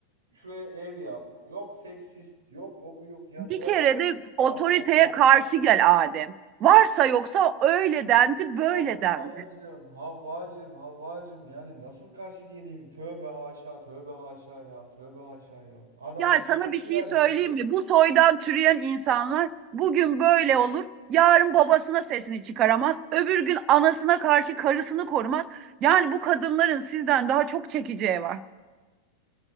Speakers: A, on the right; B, on the right.
A: şuraya ev yap. Yok seksist. Yok o bu yok. Ya
B: bir
A: bırak.
B: kere
A: Allah.
B: de otoriteye
A: Allah. bırak.
B: karşı gel Adem. Varsa yoksa öyle dendi, böyle
A: Havvacım,
B: dendi.
A: Havvacım, Havvacım. Yani nasıl karşı geleyim? Tövbe haşa, tövbe haşa ya. Tövbe haşa ya. Adam
B: Ya
A: bana
B: sana
A: yetki
B: bir şey
A: vermiş.
B: söyleyeyim mi? Bu soydan türeyen insanlar bugün böyle olur. Yarın babasına sesini çıkaramaz. Öbür gün anasına karşı karısını korumaz. Yani bu kadınların sizden daha çok çekeceği var.